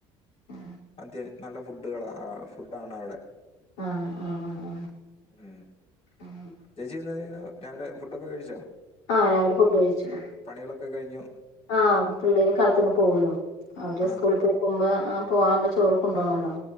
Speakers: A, on the left; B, on the left.
A: ആ ഉ
B: മറ്റേ നല്ല ഫുഡുകളാ ആ ഫുഡാണ് അവിടെ
A: ആണ് ആഹ് ആഹ് ആഹ്
B: ഉം
A: ആഹ്
B: ചേച്ചി രാവിലെ ഫുഡൊക്കെ കഴിച്ചോ
A: ആഹ് രാവിലെ ഫുഡ് കഴിച്ചു
B: പണികളൊക്കെ കഴിഞ്ഞു
A: ആഹ് പിള്ളേര് കാലത്തന്നെ പോവൂലോ അവര്
B: ആ
A: സ്കൂളിൽ പോയിക്കുമ്പോ ആഹ് പോകാവുമ്പൊ ചോറ് കൊണ്ടോണല്ലോ